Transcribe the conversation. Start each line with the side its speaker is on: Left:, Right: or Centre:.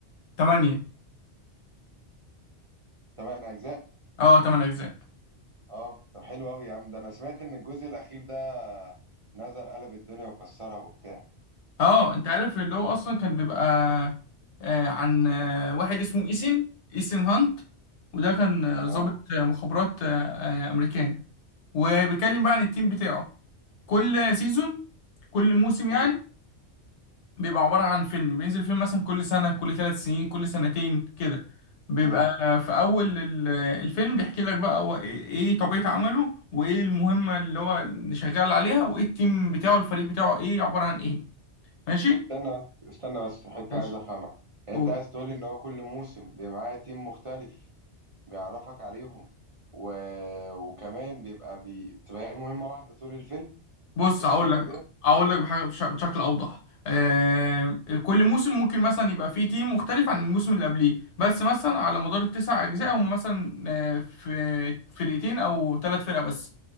Left: تمانية
Right: تمن اجزاء
Left: اه تمن اجزاء
Right: اه طب حلو قوي يا عم ده انا سمعت ان الجزء الاخير ده نزل قلب الدنيا وكسرها وبتاع
Left: اه انت عارف اللي هو اصلا كان بيبقى آه، عن آه، واحد اسمه ايسن ايسن هانت وده كان آه، ضابط
Right: اه
Left: آه، مخابرات آه، آه، امريكاني وبيتكلم بقى عن التيم بتاعه كل سيزون كل موسم يعني
Right: مم.
Left: بيبقى عبارة عن فيلم بينزل فيلم مثلا كل سنة كل ثلاث سنين كل سنتين كده بيبقى
Right: مم.
Left: آه، في أول ال- آه، الفيلم بيحكي لك بقى هو إيه إيه طبيعة عمله وإيه المهمة اللي هو اللي شغال عليها وإيه التيم بتاعه الفريق بتاعه إيه عبارة عن إيه ماشي؟
Right: استنى بس استنى بس حتة
Left: ماشي
Right: عايز افهمها يعني
Left: قول
Right: انت عايز تقولي ان هو كل موسم بيبقى معاه تيم مختلف بيعرفك عليهم و... وكمان بيبقى بي... بتبقى هي مهمة واحدة طول الفيلم
Left: بص
Right: بيشتغلوا
Left: هقول لك
Right: عليها
Left: هقول لك بحاجه بش- بشكل اوضح آه كل موسم ممكن مثلا يبقى فيه تيم مختلف عن الموسم اللي قبليه بس مثلا على مدار التسع اجزاء هم مثلا آه، في فرقتين او ثلاث فرق بس